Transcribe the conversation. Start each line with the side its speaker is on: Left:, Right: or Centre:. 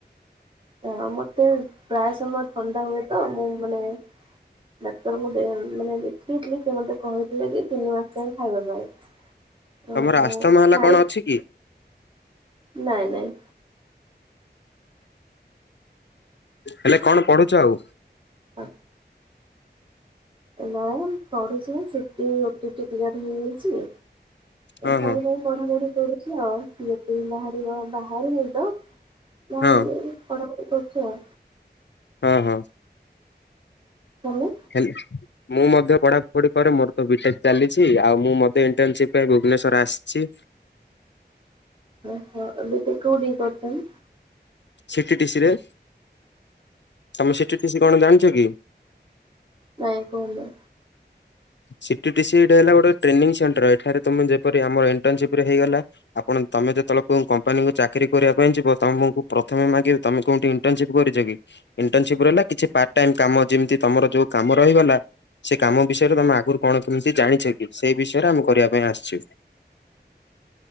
Right: ହ ମତେ ପ୍ରାୟ ସମୟ ଥଣ୍ଡା ହୁଏ ତ ମୁଁ ମାନେ ଡାକ୍ତର ଦେ ମାନେ ଦେଖେଇଥିଲି ସେ ମତେ କହିଥିଲେ କି ତିନି ମାସ ଯ ଖାଇବା ପାଇଁ। ହଁ
Left: ତମର
Right: ମୁଁ
Left: ଆସ୍ତମା ହେଲା
Right: ଖାଇ
Left: କଣ ଅଛି କି?
Right: ନାଇଁ ନାଇଁ।
Left: ହେଲେ କଣ ପଢୁଛ ଆଉ?
Right: ହଁ। ନା ପଢୁଛି ସିଟ୍ ଓଟିଇଟ୍ କ୍ଲିୟର ହେଇଛି
Left: ହଁ
Right: ତାପରେ
Left: ହଁ
Right: ପଢା ପଢି କରୁଛି ଆଉ ସଏ ପ <unintelligible> ବାହାରିବ ବାହାରିନିତ ଯାହାବି
Left: ହଁ
Right: ହେଲେ ପଢାପଢି କରୁଛି ଆଉ।
Left: ହଁ ହଁ
Right: ତମେ
Left: ହେଲେ ମୁଁ ମଧ୍ୟ ପଢାପଢି କରେ ମୋର ତ ବିଟେକ୍ ଚାଲିଛି ଆଉ ମୁଁ ମତେ ଇଣ୍ଟନସିପ୍ ପାଇଁ ଭୁବନେଶ୍ୱର ଆସିଛି।
Right: ଓହୋ ବିଟେକ୍ କୋଉଠି କରିଛନ୍?
Left: ସିଟି ଟିସିି ରେ। ତମ ସିଟ୍ ଟିସ୍ କଣ ଜାଣିଛ କି?
Right: ନାଇଁ କୁହନ୍ତୁ?
Left: ସିଟ୍ ଟିସ୍ ହେଲା ଗୋଟେ ଟ୍ରେନିଂ ସେଣ୍ଟର ଏଠାରେ ତମେ ଯେପରି ଆମ ଇଣ୍ଟନସିପ୍ ରେ ହେଇଗଲା ଆପଣ ତମେ ଯେତେବେଳେ କୋଉ କମ୍ପାନୀ କୁ ଚାକିରି କରିବା ପାଇଁ ଯିବ ତମକୁ ପ୍ରଥମେ ମାଗି ତମେ କୋଉଠି ଇଣ୍ଡର୍ନସିପ୍ କିରିଚ କି? ଇଣ୍ଟର୍ନସିପ୍ର ରହିଲା କିଛି ପାର୍ଟ ଟାଇମ୍ କାମ ଯେମିତି ତୁମର ଯେଉଁ କାମ ରହିଗଲା। ସେ କାମ ବିଷୟରେ ତମେ ଆଗରୁ କଣ କେମିତି ଜାଣିଛ କି ସେଇ ବିଷୟରେ ଆମେ କରିବା ପାଇଁ ଆସିଚୁ।